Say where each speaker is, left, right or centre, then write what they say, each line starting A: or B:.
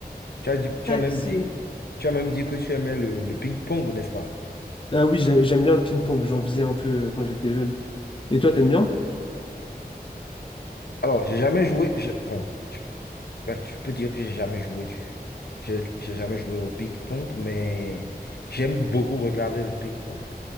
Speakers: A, on the left (about 75°); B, on the left (about 30°).
A: Tu as dit- tu
B: tac,
A: as même
B: c'est...
A: dit, tu as même dit que tu aimais le, le ping-pong, n'est-ce pas?
B: Ah oui, j'ai- j'aime bien le ping-pong, j'en faisais un peu euh, quand j'étais jeune. Et toi, t'aimes bien?
A: Alors, j'ai jamais joué. j'ai- Bon, je, ben, je peux dire que j'ai jamais joué du, j'ai j'ai jamais joué au ping-pong, mais j'aime beaucoup regarder le ping-pong.